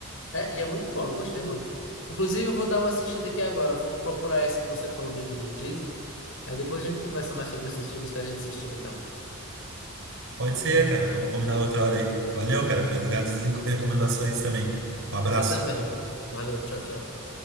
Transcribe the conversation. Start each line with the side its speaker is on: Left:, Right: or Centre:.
Left: É, e é muito bom, eu gostei muito. Inclusive, eu vou dar uma assistida aqui agora. eu Vou procurar esse que você falou do, do Disney. Aí depois a gente conversa mais sobre esses filmes que a gente assistiu, então.
Right: Pode ser, cara. Vamos combinar outra hora aí. Valeu, cara. Obrigado pelas recomendações também. Um abraço.
Left: Você também, viu? Valeu, tchau, tchau.